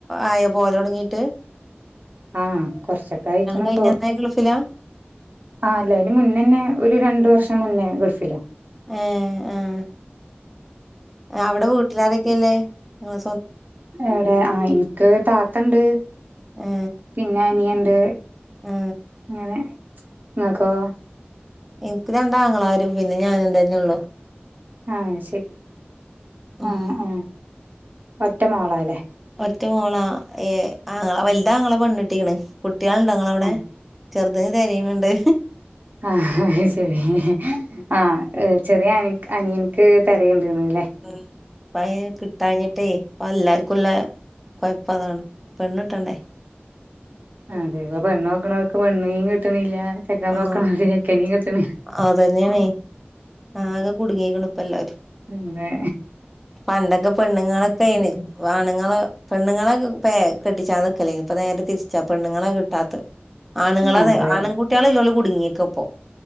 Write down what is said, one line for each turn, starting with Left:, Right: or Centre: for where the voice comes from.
Centre: ആയോ പോവലൊട്ങ്ങീട്ട്?
Right: ആഹ് കൊറച്ചൊക്കായീക്ക്ണ്പ്പൊ
Centre: കഴിഞ്ഞന്നേ ഗൾഫിലാ
Right: ആ അല്ല അയിന് മുന്നന്നെ ഒരു രണ്ടു വർഷം മുന്നേ ഗൾഫില
Centre: ഏഹ് ആഹ് അവിടെ വീട്ടിലാരൊക്കെല്ലേ ത
Right: എടെ ആഹ് എനിക്ക് താത്തണ്ട്
Centre: ഏ
Right: പിന്നെ അനിയന്നുണ്ട്
Centre: ആ
Right: അങ്ങനെ നിങ്ങക്കോ
Centre: എനിക്ക് രണ്ടാആങ്ങളമാരും പിന്നെ ഞാനും തന്നെ ഒള്ളു
Right: ആഹ് ശരി
Centre: ഉം.
Right: ആ ആ ഒറ്റ മോളല്ലേ
Centre: ഒറ്റ മോളാ ഏഹ് ആങ്ങളെ വലുതാ ആങ്ങളെ പെണ്ണിട്ടിക്കണ് കുട്ടികള് ഉണ്ടോ നിങ്ങള്ടെ അവിടെ
Right: ആ
Centre: ചെറുത് തെരെന്നുണ്ട്
Right: ആഹ് അഹ്ശെരി ആ ചെറിയ അനി അനിയൻക്ക് തെരയ്ണ്ട് നീ
Centre: ഉം ഇപ്പയേ കിട്ടാഞ്ഞിട്ടേ ഇപ്പ എല്ലർക്കുള്ളെ കൊയപ്പതാണ് പെണ്ണ്ട്ടെണ്ടേ?
Right: ആ അതെ ഇപ്പോ പെണ്ണോക്ക്ണോല്ക്ക് പെണ്ണിനിം കിട്ടണില്ല ചെക്കൻ
Centre: ആ
Right: നോക്കണോർക്ക് ചെക്കനിം കിട്ടണി
Centre: അതന്നെയാണേ ആകെ കുടുങ്ങിക്കണ് ഇപ്പ എല്ലാരും
Right: പിന്നെ
Centre: പണ്ടൊക്കെ പെണ്ണുങ്ങളെക്കേണ് പ്പ ആണുങ്ങളെ പെണ്ണുങ്ങളൊക്കെ പ്പേ കെട്ടിച്ചാതെക്കെലേനി ഇപ്പ നേരെ തിരിച്ചാ പെണ്ണുങ്ങളെ കിട്ടാത്തെ ആണുങ്ങളതെ
Right: അതെ
Centre: ആണ് കുട്ടിയളില്ലോല് കുടുങ്ങിയെക്കാപ്പം